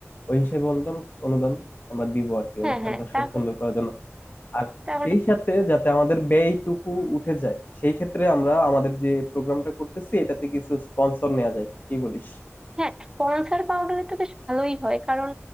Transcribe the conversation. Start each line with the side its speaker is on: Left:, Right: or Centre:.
Left: ওই হিসেবে অনুদান অনুদান আমরা দিব আর কি
Right: হ্যাঁ
Left: অনুষ্ঠানটা
Right: হ্যাঁ তাহলে
Left: সু- সুন্দর করার জন্য আর
Right: তাহলে
Left: সেই সাথে যাতে আমাদের ব্যয়টুকু উঠে যায় সেই ক্ষেত্রে আমরা আমাদের যে প্রোগ্রামটা করতেছি এটাতে কিছু স্পন্সর নেওয়া যায় কি বলিস
Right: হ্যাঁ স্পন্সর পাওয়া গেলে তো বেশ ভালোই হয় কারণ